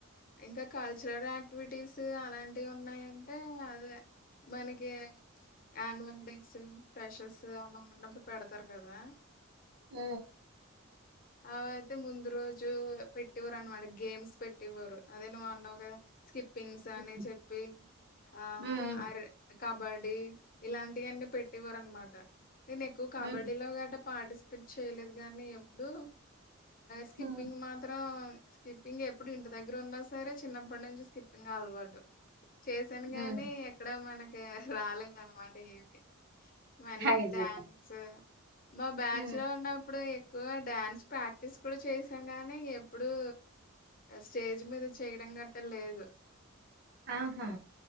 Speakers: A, on the left; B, on the right.
A: ఇంకా కల్చరల్ యాక్టివిటీస్ అలాంటివి ఉన్నాయంటే అదే మనకి ఆన్వల్ డేస్ ఫ్రెషర్స్ అలా ఉన్నప్పుడు పెడతారు కదా
B: ఆ
A: అవయితే ముందు రోజు పెట్టేవరు అనమాట గేమ్స్ పెట్టేవారు అదే నువ్వు అన్నావ్ కదా స్కిప్పింగ్స్ అని
B: హ్మ్.
A: చెప్పి ఆ
B: హ్మ్.
A: అరే కబడ్డీ ఇలాంటివన్ని పెట్టేవారు అనమాట నేను ఎక్కువ కబడ్డీలో
B: హ్మ్.
A: ఆడె పార్టిసిపేట్ చేయలేదు కానీ ఎప్పుడు స్కిప్పింగ్
B: హ్మ్.
A: మాత్రం స్కిప్పింగ్ ఎప్పుడు ఇంటి దగ్గర ఉన్నా సరే చిన్నప్పటి నుంచి స్కిప్పింగ్ అలవాటు చేశాను
B: హ్మ్.
A: గానీ ఎక్కడ మనకి రాలేదు అనమాట ఏమి మళ్లీ
B: హైజీసం.
A: డ్యాన్స్ మా బ్యాచ్
B: హ్మ్.
A: లో ఉన్నప్పుడు ఎక్కువ డ్యాన్స్ ప్రాక్టీస్ కూడా చేసాం గానీ ఎప్పుడుూ స్టేజ్ మీద చేయడం గట్ట లేదు
B: ఆహా